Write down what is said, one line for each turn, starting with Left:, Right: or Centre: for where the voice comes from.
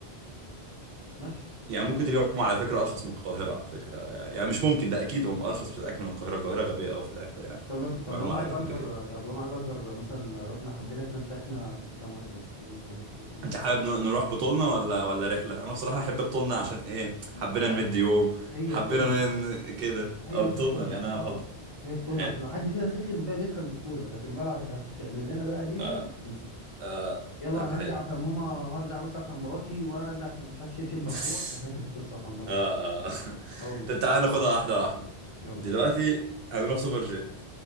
Left: ماشي
Right: يعني ممكن اليوم على فكرة أرخص من القاهرة على فكرة يعني مش ممكن ده أكيد هم أرخص في الأكل من القاهرة القاهرة غبية أوي في الأكل يعني
Left: طب لو طب
Right: دي معلومة
Left: لو انا
Right: على
Left: عايز
Right: جنب
Left: اجر
Right: كده
Left: طب لو انا عايز اجر مثلا لو احنا حبينا احنا انت احنا احنا كام واحد واحد اثنين انا ممكن مش
Right: أنت حابب ن- نروح بطولنا ولا ولا رحلة؟ أنا بصراحة أحب بطولنا عشان إيه
Left: محمد
Right: حبينا
Left: لا لا،
Right: نمد يوم
Left: هي
Right: حبينا
Left: بتمنع
Right: ن... كده
Left: هي
Right: أه
Left: يا باشا
Right: بطولنا
Left: الطنة
Right: يعني أنا
Left: اه
Right: أفضل
Left: هي الطنة
Right: حلو
Left: عشان لو حد فينا سخن بقى بيسخن بسهولة لكن بقى لو هت- هتعمل لنا بقى ليلة
Right: أه
Left: مش هتنسى.
Right: أه
Left: يلا
Right: طب
Left: انا هرجع
Right: حلو
Left: عشان ماما وهرجع بس عشان مراتي وانا هرجع عشان مش عارف شبشب مرفوع
Right: <laughs>
Left: ففاكر القصة الحمدانة
Right: أه
Left: دي
Right: أه <laughs>
Left: اه والله
Right: طب تعالى ناخدها واحدة واحدة
Left: يلا
Right: دلوقتي هنروح سوبر جيت